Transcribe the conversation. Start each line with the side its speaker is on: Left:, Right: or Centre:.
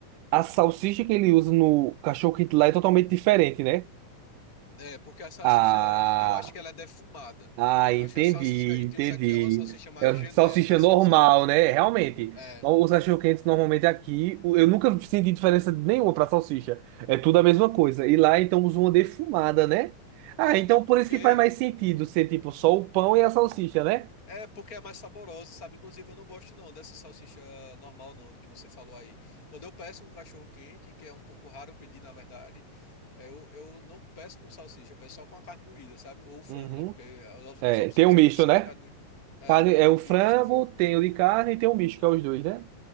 Right: a salsicha que ele usa no cachorro quente lá é totalmente diferente, né?
Left: É, porque a salsicha,
Right: Ah,
Left: eu acho que ela é defumada.
Right: ah, entendi,
Left: Eu acho que a salsicha que a gente
Right: entendi.
Left: usa aqui é uma salsicha mais
Right: É
Left: genérica,
Right: salsicha
Left: assim,
Right: normal,
Left: sabe?
Right: né? Realmente.
Left: É.
Right: Os cachorro quentes normalmente aqui, o- eu nunca senti diferença nenhuma para salsicha. É tudo a mesma coisa. E lá então usa uma defumada, né? Ah,
Left: É,
Right: então
Left: até porque.
Right: por isso que faz mais sentido ser tipo só o pão e a salsicha, né?
Left: É, porque é mais saborosa, sabe? Inclusive, eu não gosto não dessa salsicha normal, não, do que você falou aí. Quando eu peço um cachorro quente, que é um pouco raro eu pedir, na verdade, eu, eu não peço com salsicha, eu peço só com a carne moída, sabe? Ou frango,
Right: Uhum.
Left: né? Porque as, op-
Right: É,
Left: as opções
Right: tem um misto,
Left: aqui são
Right: né?
Left: de carne moída. É,
Right: Carne,
Left: o, de-
Right: é
Left: o
Right: o frango,
Left: de misto de frango.
Right: tem o de carne e tem o misto, que é os dois, né?